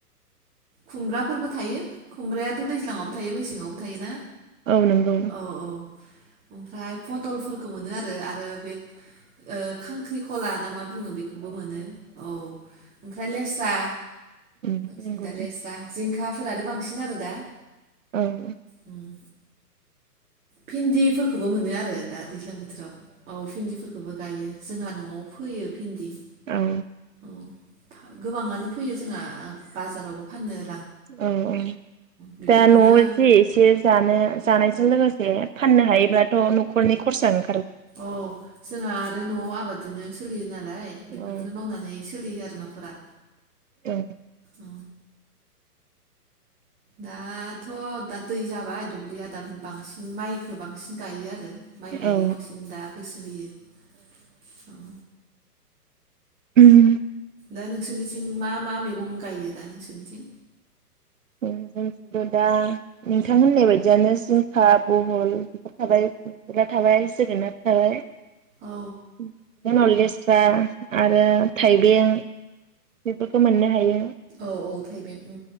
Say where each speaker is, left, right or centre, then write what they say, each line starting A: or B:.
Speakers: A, on the right (about 15°); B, on the right (about 55°).
A: खुमब्राफोरबो थायो। खुमब्रायाथ दैज्लाङावबो थायो मेसे सेङावबो थायोना।
B: औ नंगौ।
A: औ औ ओमफ्राय पटलफोरखौ मोनो आरो आरो बे ओ खांख्रिखला ना मा बुङो बेखौबो मोनो औ। ओमफ्राय लेस्रा।
B: उ
A: बांसिन
B: नंगौ।
A: दा लेस्रा जिंखाफोरानो बांसिन आरो दा।
B: औ।
A: उम भिन्दिफोरखौबो मोनो आरो। दा दैज्लां बोथोराव औ भिन्दिफोर खौबो गायो जोंहा न'आव फोयो भिन्दि
B: औ।
A: औ गोबाङानो फैयो जोंहा बाजारावबो फानो।
B: औ औ
A: बेफोरखौनो
B: दा न'आव जे एसे जानो जानायजों लोगोसे से फाननो हायोब्लाथ' न'खरनि खरसा ओं
A: औ जोंहा आरो न'आव आबाद दिनो सोलियोना लाय बेफोरखौनो
B: औ
A: मावनानै सोलियो आरो न'खरा
B: औ
A: औ। दाथ' दा दै जाबाय दुब्लिया दा बांसिन माइखो बांसिन गायो आरो। माइ गायनायाव
B: औ
A: बांसिन दा गोसो होयो औ।
B: उम।
A: दा नोंसोरनिथिं मा-मा मैगं गायो दा नोंसोरनिथिं
B: औ जोंनिथिं थ दा नोंथां होननाय बायदियानो जिंखा बहल बेफोर थाबाय खुमब्रा थाबाय जोगोनार थाबाय। उम।
A: औ
B: जोंनाव लेस्रा आरो थाइबें। बेफोरखौ मोननो हायो।
A: औ औ थाइबें